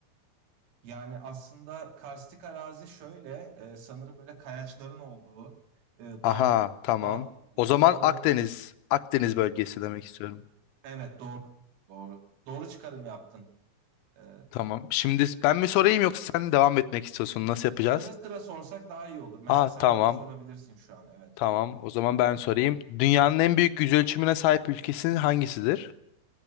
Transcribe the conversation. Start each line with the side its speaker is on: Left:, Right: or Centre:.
Right: Yani aslında karstik arazi şöyle, e, sanırım böyle kayaçların olduğu, e, dağ,
Left: Aha tamam.
Right: dağ-
Left: O zaman
Right: dağların,
Left: Akdeniz. Akdeniz bölgesi demek istiyorum.
Right: evet doğru, doğru, doğru çıkarım yaptın. Ee,
Left: Tamam. Şimdi ben mi sorayım yoksa sen devam etmek istiyorsun? Nasıl yapacağız?
Right: sıra sıra sorsak daha iyi olur. Mesela
Left: Aa
Right: sen
Left: tamam.
Right: bana sorabilirsin şu an, evet.
Left: Tamam. O zaman ben sorayım. Dünyanın en büyük yüzölçümüne sahip ülkesi hangisidir?